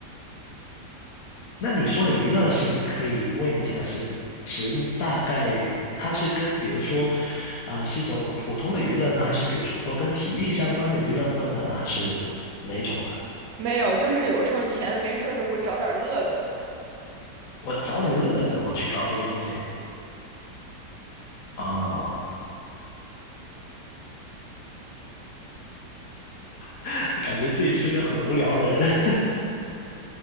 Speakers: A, on the left; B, on the right.
A: 那你说的娱乐性，可以问一下是指大概它是跟比如说，啊、是一种普通的娱乐呢，还是比如说跟体育相关的娱乐呢，还是哪一种呢？
B: 没有，就是有时候你闲的没事儿的时候会找点儿乐子
A: 我找点乐子，我去搞这个东西啊、<laughs> 感觉自己是个很无聊的人。